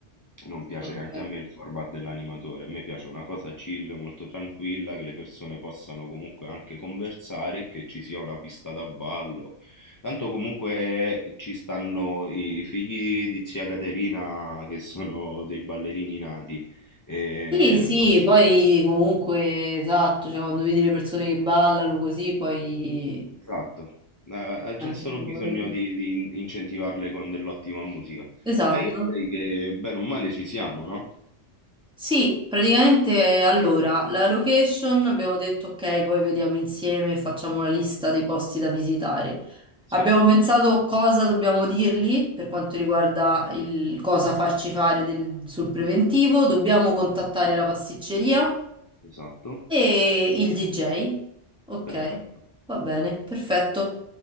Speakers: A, on the left (about 25°); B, in the centre.
A: Non piace
B: ok.
A: neanche a me il format dell'animatore, a me piace una cosa chill, molto tranquilla, che le persone possano comunque anche conversare, che ci sia una pista da ballo. Tanto comunque eh, ci stanno i figli di zia Caterina che sono dei ballerini nati. E
B: Sì, sì, poi comunque, esatto, cioè quando vedi le persone che ballano così, poi...
A: Esatto, Eh, eh, c'è
B: Anche
A: solo
B: una
A: bisogno
B: cosa.
A: di, di in- incentivarle con dell'ottima musica.
B: Esatto.
A: Beh, io direi che bene o male ci siamo, no?
B: Sì, praticamente allora, la location abbiamo detto ok, poi vediamo insieme, e facciamo una lista dei posti da visitare.
A: Sì,
B: Abbiamo pensato cosa dobbiamo dirgli per quanto riguarda il cosa farci fare del- sul preventivo, dobbiamo contattare la pasticceria
A: esatto,
B: e il DJ. Ok,
A: perfetto.
B: va bene, perfetto.